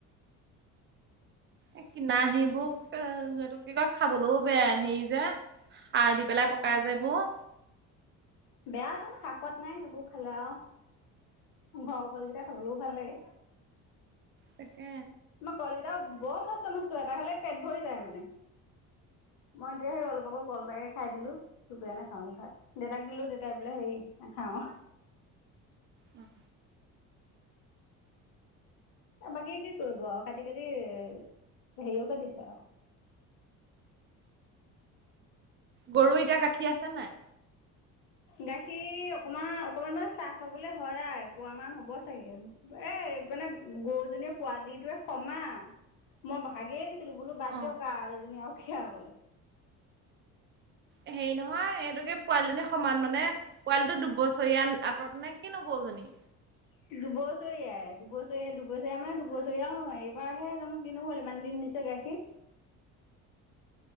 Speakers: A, on the right; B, on the left.
A: এ কিনা সেইবোৰ এইটো কি কয় খাবলৈও বেয়া হে যে সাৰ দি পেলাই পকাই যেবোৰ
B: বেয়া তোন শাক পোৱাত নাই সেইবোৰ খালে আৰু ঘৰ কল কেইটা খাবলৈও ভাল লাগে।
A: তাকে
B: মই কলকেইটা বৰ মস্ত মস্ত এটা খালে পেট ভৰী যায় মানে মই এতিয়া হেই অলপ আগত। <unintelligible> কল তাকে খাই দিলো দুপৰিয়া নাখাওঁ এই ভাত দেউতাক দিলো দেউতাই এই বোলে হেৰি নাখাওঁ <inaudible>
A: উম
B: বাকী কি কৰিব আৰু কাটি-কাটি হেৰি হকে দিছো আৰু <inaudible>
A: গৰু এতিয়া গাখীৰ আছে নাই?
B: গাখীৰ অকমান-অকমান চাহ খাবলৈ হয় আৰু, এপোৱা মান হ'ব চাগে, এ মানে গৰুজনীয়ে পোৱালিটোৱে সমান, মই ভাগেই ছিলো, বোলো বাদ
A: অ
B: দিয়ক আৰু এইজনী আৰু খিৰাবলে।
A: হেৰি নহয় হয়, এইটোকে পোৱালিজনী সমান মানে পোৱালিটো দুবছৰীয়া আঁতৰত মানে কিনো গৰুজনী।
B: <unintelligible> দুবছৰীয়াই-দুবছৰীয়া-দুবছৰীয়া মানে দুবছৰীয়াও নহয়, এইবাৰহে জানো দিনো হ'ল ইমান দিন দিছে গাখীৰ। <inaudible>